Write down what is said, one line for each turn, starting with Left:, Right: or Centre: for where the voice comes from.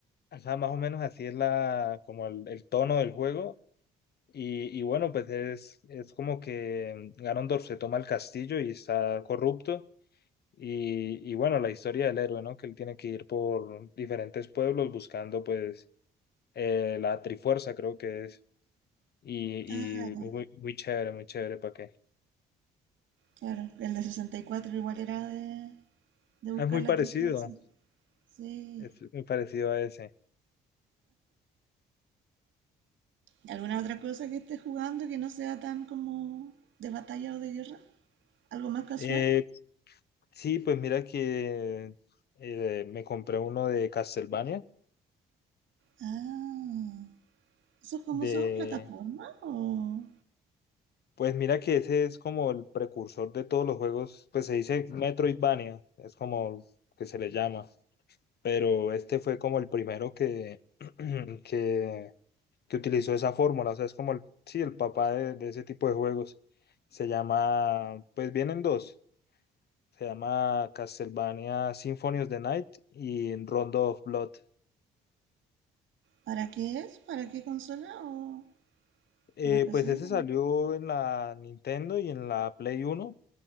Left: Ajá, más o menos así es la, como el, el tono del juego. Y, y bueno, pues es, es como que Ganondorf se toma el castillo y está corrupto Y, y bueno, la historia del héroe, ¿no? Que él tiene que ir por diferentes pueblos buscando, pues, eh, la Trifuerza, creo que es. Y,
Right: Ah, ya,
Left: y muy, muy chévere, muy chévere, ¿para qué?
Right: claro. El de 64 igual era de, de
Left: Ah,
Right: buscar
Left: Es muy
Right: la
Left: parecido,
Right: trifase. Sí.
Left: es muy parecido a ese.
Right: ¿Alguna otra cosa que esté jugando que no sea tan como de batalla o de guerra? ¿Algo más casual?
Left: Eh, sí, pues mira que eh, me compré uno de Castlevania,
Right: Ah, ¿esos cómo
Left: de...
Right: son? ¿Plataforma? ¿O
Left: Pues mira que ese es como el precursor de todos los juegos, pues se dice Metroidvania, es como que se le llama. pero este fue como el primero que, <clears throat> que, que utilizó esa fórmula, o sea, es como el, sí, el papá de, de ese tipo de juegos. Se llama, pues vienen dos, se llama Castlevania Symphony of the Night y Rondo of Blood.
Right: para qué es? ¿Para qué consola? ¿O
Left: Eh,
Right: para PC?
Left: pues ese salió en la Nintendo y en la Play Uno